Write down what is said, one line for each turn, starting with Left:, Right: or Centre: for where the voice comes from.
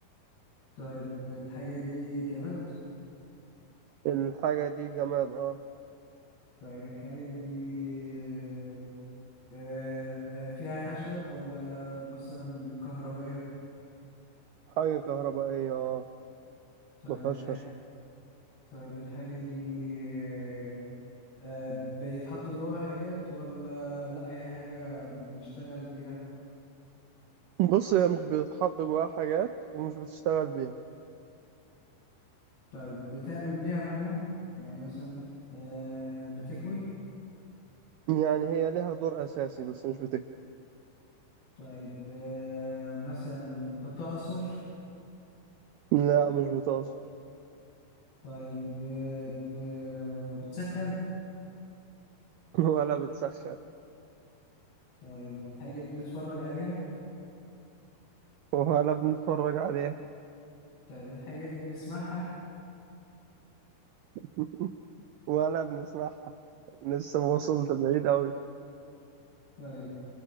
Left: طيب الحاجة دي جماد
Right: الحاجة دي جماد اه
Left: طيب الحاجة دي آه، آه، آه، فيها خشب ولا مثلا كهربية
Right: حاجة كهربائية اه
Left: طيب
Right: ما فيهاش
Left: الحاجة
Right: خشب
Left: طيب الحاجة دي آه، آه، بيتحط جواها حاجات ولا لأ هي حاجة بنشتغل بيها
Right: بص هي مش بتتحط جواها حاجات ومش بتشتغل بيها
Left: طيب بتعمل بيها مهام يعني مثلا آه، بتكوي
Right: يعني هي ليها دور أساسي بس مش بتكفي
Left: طيب آه، مثلا بتعصر
Right: لا مش بتعصر
Left: طيب آه، ب- بتسخن
Right: <laughs> ولا بتسخن
Left: طيب الحاجة دي بنتفرج عليها
Right: ولا بنتفرج عليها
Left: طيب الحاجة دي بنسمعها
Right: <laughs> ولا بنسمعها لسه ما وصلت بعيد أوي
Left: طيب